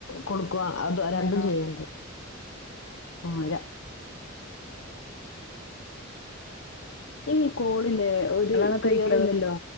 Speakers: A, on the left (about 75°); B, on the left (about 60°).
A: കൊടുക്കുക അത്
B: അങ്ങനെയാണോ
A: രണ്ടും ചെയ്യണ്ട്. ആരാ ഈ കോളില്ലേ ഒരു
B: നിങ്ങളാണോ
A: ക്ലിയർ
B: തയ്ക്കല്
A: ഇല്ലല്ലോ.